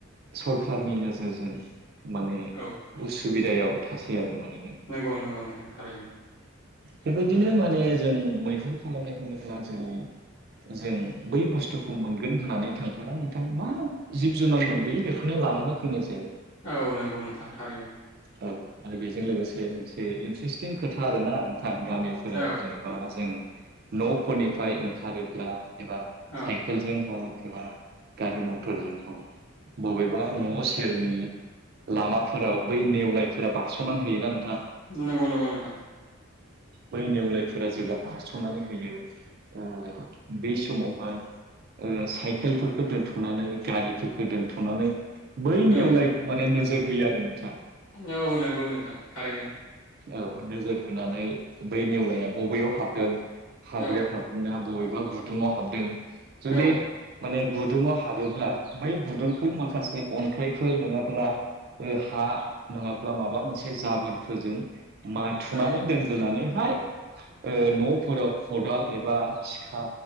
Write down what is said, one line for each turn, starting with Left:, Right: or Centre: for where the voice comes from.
Right: सरखारनि नोजोरजों माने
Left: औ
Right: उस सुबिदायाव थासै आरो माने
Left: नंगौ नंगौ नोंथां थारैनो
Right: बेबायदिनो माने जों मैहुर खालामनाय होनोब्ला जेरै जों बै बुस्थुखौ मोनगोन होननानै थांथारा नोंथांा मा जिब जुनार मोनबोययो बेखौनो नो लानानै फैनोसै।
Left: औ नंगौ नोंथां थारैनो
Right: औ आरो बेजों लोगोसे मोनसे इन्ट्रेस्टिं खोथा आरोना नोंथां गामिफोराव
Left: औ
Right: जेनेबा जों न'फोरनिफ्राय ओंखारोब्ला एबा
Left: औ
Right: साइकेलजों हक एबा गारि मथरजों हक बबेबा न' सेरनि लामाफोराव बै नेवलायफोरा बारस'नानै होयोना नों
Left: नंगौ नगौ नोंथां।
Right: बै नेवलायफोरा जेब्ला बारस'नानै होयो ओ- बै समावहाय साइकेलफोरखौ दोनथ'नानै गारिफोरखौ दोन्थ'नानै बैनि
Left: औ
Right: एवलायखौ माने नोजोर होयो आरो नों
Left: औ नंगौ नोंथां थारैनो
Right: औ नोजोर होनानै बै नेवलाया बबेयाव हाबदों हाग्रिायाव
Left: औ
Right: हाबदोंना बबेबा बुथुमाव हाबदों जुदि
Left: औ
Right: माने गुदुङाव हाबोब्ला बै गुदुंखौ माखासे अन्थाइफोर नङाब्ला ओ हा नङाब्ला माबा मोनसे जाबोरफोरजों माथुनानै
Left: औ
Right: दोन होननानैहाय ओ- न'फोराव खदाल एबा सिखा